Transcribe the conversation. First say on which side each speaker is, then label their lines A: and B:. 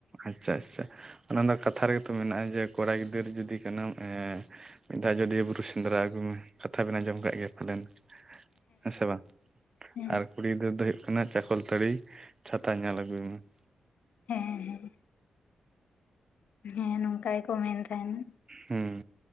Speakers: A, on the right; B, on the left.
A: ᱟᱪᱪᱷᱟ ᱟᱪᱪᱷᱟ ᱚᱱᱟ ᱫᱚ ᱠᱟᱛᱷᱟ ᱨᱮᱜᱮ ᱛᱚ ᱢᱮᱱᱟᱜᱼᱟ ᱡᱮ ᱠᱚᱲᱟ ᱜᱤᱫᱽᱟᱹᱨ ᱡᱩᱫᱤ ᱠᱟᱱᱟᱢ ᱮᱻ ᱢᱤᱫ ᱫᱷᱟᱣ ᱟᱡᱚᱫᱤᱭᱟᱹ ᱵᱩᱨᱩ ᱥᱮᱸᱫᱽᱨᱟ ᱟᱹᱜᱩᱭ ᱢᱮ ᱠᱟᱛᱷᱟ ᱵᱮᱱ ᱟᱸᱡᱚᱢ ᱠᱫ ᱜᱮᱭᱟ ᱯᱟᱞᱮᱱ ᱾ ᱦᱮᱸ ᱥᱮ ᱵᱟᱝ
B: ᱦᱮᱸ
A: ᱟᱨ ᱠᱩᱲᱤ ᱜᱤᱫᱨᱟᱹᱨᱟᱹ ᱫᱚ ᱦᱩᱭᱩᱜ ᱠᱟᱱᱟ ᱪᱟ ᱠᱚᱞᱛᱟᱹᱲᱤ ᱪᱷᱟᱛᱟ ᱧᱮᱞ ᱟᱹᱜᱩᱭ ᱢᱮ ᱾
B: ᱦᱮᱸ ᱦᱮᱸ ᱾ ᱦᱮᱸ ᱱᱚᱝᱠᱟ ᱜᱮᱠᱚ ᱢᱮᱱ ᱛᱟᱦᱮᱸᱱᱟ ᱾
A: ᱦᱩᱸ